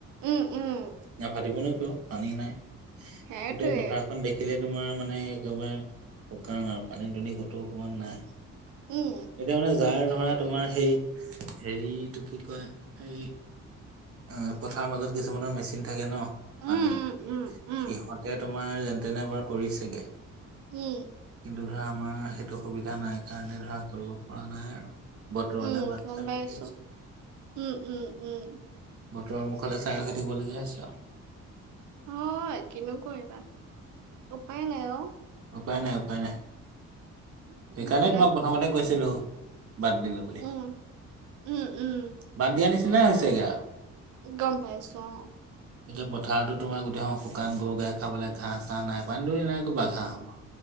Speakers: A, on the right (about 75°); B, on the right (about 50°).
A: উম উম
B: নাফাটিবনো কিয়? পানী নাই।
A: সেইটোৱে
B: গোটেই পথাৰখন দেখিলে তোমাৰ মানে একেবাৰে শুকান আৰু! পানী-দুনি ক'তো অকমান নাই।
A: উম
B: এতিয়া মানে যাৰ ধৰা, তোমাৰ সেই, হেৰিটো কি কয়? এই অ' পথাৰৰ মাজত কিছুমানৰ মেচিন থাকে ন? পানীৰ,
A: উম উম উম উম
B: সিহঁতে তোমাৰ যেনে-তেনে বাৰু কৰিছেগে।
A: কি?
B: কিন্তু ধৰা আমাৰ, সেইটো সুবিধা নাই কাৰণে ধৰা কৰিব পৰা নাই আৰু! বতৰলে
A: উম
B: বাট
A: গম
B: চাই
A: পাই
B: ৰখি
A: আছো। উম উম উম।
B: বতৰৰ মুখলৈ চাই ৰখি থাকিবলগীয়া হৈছে আৰু!
A: হয়, কিনো কৰিবা! উপায় নাই অ!
B: উপায় নাই, উপায় নাই।
A: সেইবিলাক
B: সেইকাৰণে তোমাক প্ৰথমতে কৈছিলো। বাদ দিলো বুলি।
A: উম উম উম
B: বাদ দিয়া নিচিনাই হৈছেগে আৰু!
A: গম পাইছো অ'।
B: এতিয়া পথাৰতো তোমাৰ গোটেইখন শুকান, গৰু-গায়ে খাবলৈ ঘাঁহ-চাঁহ নাই, পানী-দুনি নাই কৰপা ঘাঁহ হ'ব?